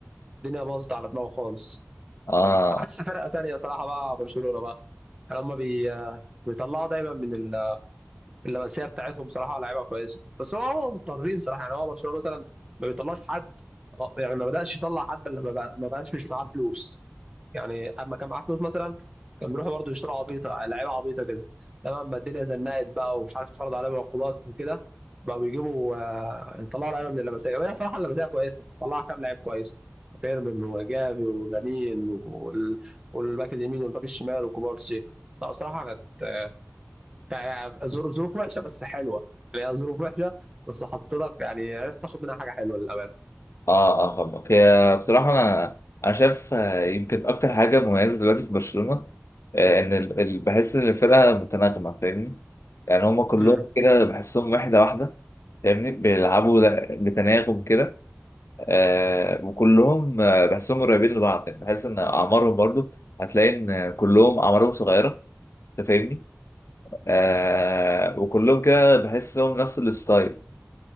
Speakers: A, on the right; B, on the left.
A: الدنيا باظت على دماغه خالص
B: اه
A: عكس فرقه تانية صراحه بقى برشلونه بقى هم بي بيطلعوا دايما من ال- اللمسيه بتاعتهم صراحه لعيبه كويسه بس هو هو مضطرين صراحه يعني هو برشلونه مثلا ما بيطلعش حد يعني ما بداش يطلع حد الا لما بقى- ما بقاش مش معاه فلوس يعني اما كان معاه فلوس مثلا كان بيروحوا برضه يشتروا عبيطه لعيبه عبيطه كده تمام ما الدنيا زنقت بقى ومش عارف تتفرض عليهم عقوبات وكده بقى بيجيبوا آه، يطلعوا لعيبه من اللمسيه وهي صراحه اللمسيه كويسه طلعها كام لعيب كويس فيرمين وجافي ولامين وال... والباك اليمين والباك الشمال وكوبارسي لا صراحه كانت آه، يعني ظروف ظروف وحشه بس حلوه يعني هي ظروف وحشه بس حطيتك يعني عرفت تاخد منها حاجه حلوه للامانه
B: اه اه فاهمك هي بصراحة أنا أنا شايف آه، يمكن أكتر حاجة مميزة دلوقتي في برشلونة آه، إن ال- ال- بحس إن الفرقة متناغمة فاهمني يعني هما كلهم
A: امم
B: كده بحسهم وحدة واحدة فاهمني بيلعبوا لا- بتناغم كده آه وكلهم آه، بحسهم قريبين لبعض يعني بحس إن أعمارهم برضو هتلاقي إن كلهم أعمارهم صغيرة أنت فاهمني آه وكلهم كده بحسهم نفس الستايل